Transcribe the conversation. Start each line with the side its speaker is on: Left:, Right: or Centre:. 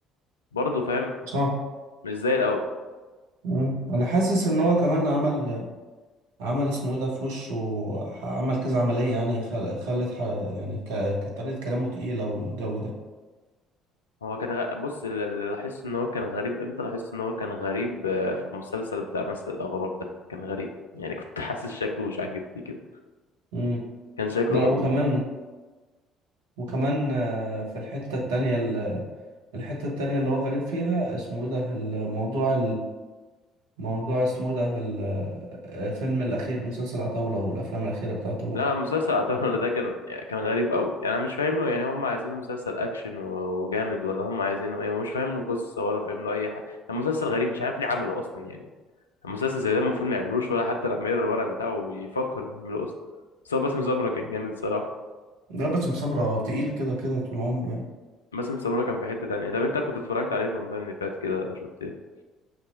Left: برضه فاهم
Right: صح
Left: مش زي الأول
Right: امم انا حاسس ان هو كمان عمل عمل اسمه ايه ده في وشه ح- عمل كذا عملية يعني خل- خلت ح- يعني ك- كانت طريقة كلامه تقيلة والجو ده
Left: هو كان غ... بص اللي اللي لاحظت ان هو كان غريب امتى لاحظت ان هو كان غريب آه، في المسلسل بتاع نسل الأغراب ده كان غريب يعني <laughs> كنت حاسس شكله مش عاجبني كده
Right: امم
Left: كان شكله
Right: لا
Left: غريب
Right: وكمان وكمان آه، في الحتة التانية ال- الحتة التانية اللي هو غريب فيها اسمه ايه ده الموضوع الموضوع اسمه إيه ده الفيلم الأخير مسلسل عتاولة والأفلام الأخيرة بتاعته برضه
Left: لا مسلسل عتاولة ده كان يعني كان غريب قوي يعني انا مش فاهم له يعني هم عايزينه مسلسل اكشن و- وجامد ولا هم عايزينه ايه ومش فاهم له قصه ولا فاهم له اي حاجه يعني مسلسل غريب مش عارف ليه عمله اصلا يعني المسلسل زي ده المفروض ما يعملوش ولا حتى لما يقرا الورق بتاعه يفكر انه يعمله اصلا بس هو باسم سمره كان جامد صراحه
Right: ده بس مسمرة تقيل كده كده طول عمره يعني
Left: باسم سمره كان في حته تانية طب انت كنت اتفرجت عليه في رمضان اللي فات كده شفت ايه